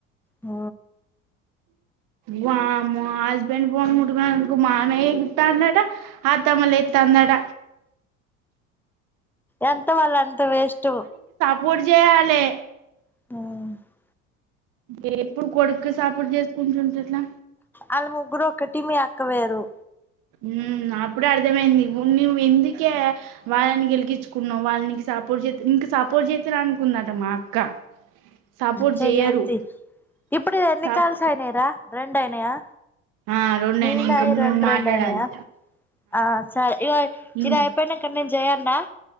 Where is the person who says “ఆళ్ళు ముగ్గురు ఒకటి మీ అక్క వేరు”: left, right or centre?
Centre